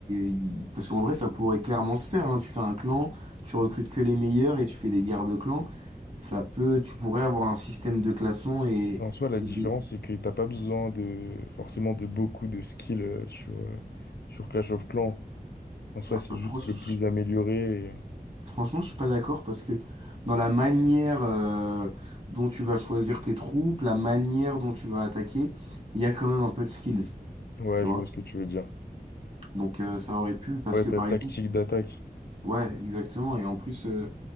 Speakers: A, on the right (about 40°); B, on the left (about 80°).
A: il- Parce qu'en vrai, ça pourrait clairement se faire, hein. Tu fais un clan, tu recrutes que les meilleurs et tu fais des guerres de clans, ça peut, tu pourrais avoir un système de classement et...
B: En soi, la
A: et
B: différence,
A: des-
B: c'est que t'as pas besoin de forcément de beaucoup de skills euh, sur, euh, sur Clash of Clans. En soi,
A: ah,
B: c'est
A: franchement,
B: juste le plus amélioré.
A: Franchement, je suis pas d'accord parce que dans la manière euh, dont tu vas choisir tes troupes, la manière dont tu vas attaquer, il y a quand même un peu de skills,
B: et- Ouais,
A: tu vois.
B: je vois ce que tu veux dire.
A: Donc euh, ça aurait pu parce
B: Ouais,
A: que
B: ta
A: par
B: tactique
A: exemple,
B: d'attaque.
A: ouais, exactement. Et en plus, euh,